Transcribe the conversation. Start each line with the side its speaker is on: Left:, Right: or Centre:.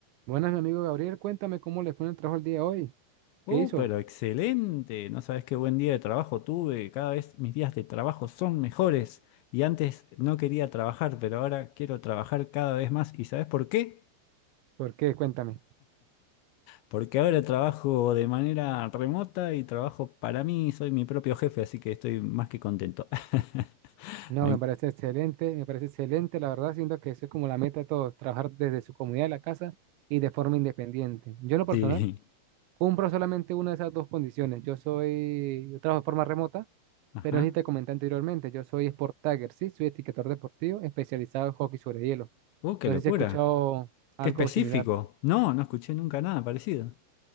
Right: Buenas, mi amigo Gabriel, cuéntame cómo le fue en el trabajo el día de hoy.
Left: Oh,
Right: ¿Qué hizo?
Left: pero excelente. No sabes qué buen día de trabajo tuve. Cada vez mis días de trabajo son mejores. Y antes no quería trabajar, pero ahora quiero trabajar cada vez más. ¿Y sabes por qué?
Right: ¿Por qué? Cuéntame.
Left: Porque ahora trabajo de manera remota y trabajo para mí. Soy mi propio jefe, así que estoy más que contento. <laughs>
Right: No,
Left: Me
Right: me
Left: en-
Right: parece excelente, me parece excelente, la verdad, siento que eso es como la meta de todos, trabajar desde su comunidad de la casa y de forma independiente. Yo en lo personal
Left: Sí.
Right: cumplo solamente una de esas dos condiciones. Yo soy, yo trabajo de forma remota,
Left: Ajá.
Right: pero no sé si te comenté anteriormente, yo soy Sport Tagger, sí, soy etiquetador deportivo especializado en hockey sobre hielo.
Left: Uh, qué
Right: No
Left: locura.
Right: sé si has escuchado algo
Left: Qué específico.
Right: similar.
Left: No, no escuché nunca nada parecido.